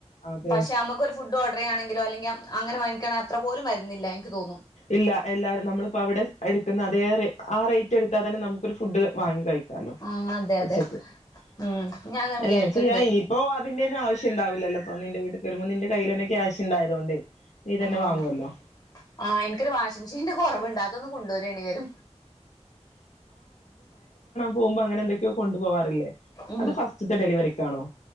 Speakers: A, on the left; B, on the left.
A: അതെ
B: പഷെ നമുക്കൊരു ഫുഡ് ഇത് ഓർഡറ് ചെയ്യാണെങ്കിലോ അല്ലെങ്ങെ അങ്ങനെ വാങ്ങി ക്കണ അത്ര പോലും വരുന്നില്ല എനിക്ക് തോന്നും
A: ഇല്ല എല്ലാരും നമ്മളിപ്പോ അവിടെ എടുക്കുന്ന അതേ റേ ആ റേറ്റ് എടുത്താ തന്നെ നമുക്കൊരു ഫുഡ് വാങ്ങി കഴി ക്കാലോ
B: ആഹ് അതെ
A: ഉച്ചക്ക്
B: അതെ ഉം ഞാൻ അങ്ങനെ വിചാരിക്കലുണ്ട്
A: എങ്ങനെ ചെയ്യ ഇനിയിപ്പോ ഇതിന്റെ ഒന്നും ആവിശ്യം ഉണ്ടാവില്ലല്ലോ ഇപ്പൊ നിന്റെ വീട്ടിക്ക് വരുമ്പോ നിന്റെ കയ്യിലന്നെ ക്യാഷ് ഉണ്ടായതോണ്ട് നീ തന്നെ
B: ആഹ്
A: വാങ്ങുവല്ലോ
B: ആഹ് എനിക്കൊരു വാഷിംഗ് മെഷീന്റെ കൊറവുണ്ട് അത് അതൊന്ന് കൊണ്ട് വരേണ്ടി വരും
A: പോവുമ്പോ അങ്ങെനെന്തെക്കെയോ കൊണ്ട് പോവാറില്ലേ
B: ഉം
A: അത് ഫസ്റ്റ്ത്തെ ഡെലിവറിക്കാണോ